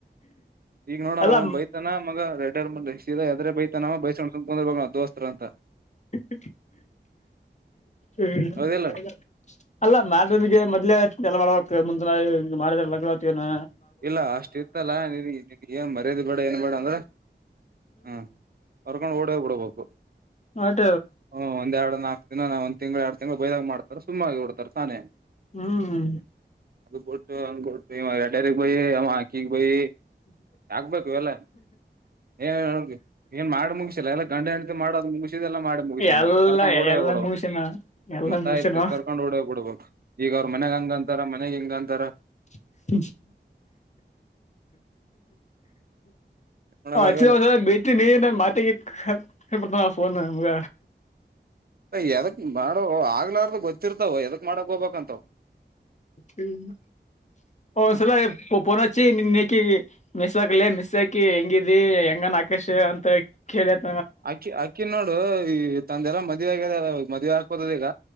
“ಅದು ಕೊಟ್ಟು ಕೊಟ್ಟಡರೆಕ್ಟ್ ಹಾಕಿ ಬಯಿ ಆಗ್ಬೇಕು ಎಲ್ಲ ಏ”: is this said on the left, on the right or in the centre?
Right